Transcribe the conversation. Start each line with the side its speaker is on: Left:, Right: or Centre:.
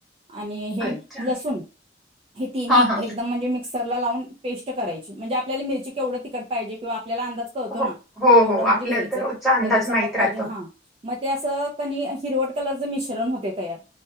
Right: आणि हे
Centre: अच्छा
Right: लसूण हे तीनी
Centre: हा
Right: एक
Centre: हा
Right: एकदम म्हणजे मिक क्सरला लावून पेस्ट करायची म्हणजे आपल्या मिरची केवढ तिखट पाहिजे किंवा आपल्या अंदाज कळतो
Centre: हो
Right: ना
Centre: हो
Right: तेवढं
Centre: हो
Right: म्हणजे
Centre: आपल्या
Right: घ्यायचं
Centre: तर रोजचा अंदाज
Right: जेना सप्पक
Centre: माहित राहतो
Right: पाहिजे हा मग ते असं कनी हिरवट कलरचं मिश्रण होतय तयार.